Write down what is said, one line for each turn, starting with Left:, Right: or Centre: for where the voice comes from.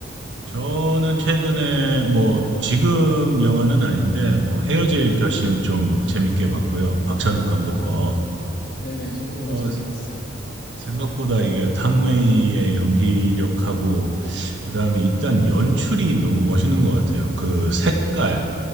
Right: 저는 최근에 뭐 지금 영화는 아닌데 뭐 헤어질 결심 좀 재밌게 봤고요. 박찬욱 감독
Left: 어,
Right: 거.
Left: 그- 네네, 저도 그건
Right: 어,
Left: 재밌게 봤어요.
Right: 생각보다 이게 탕웨이의 연기력하고 그다음에 일단 연출이 너무 멋있는 것 같아요. 그 색깔,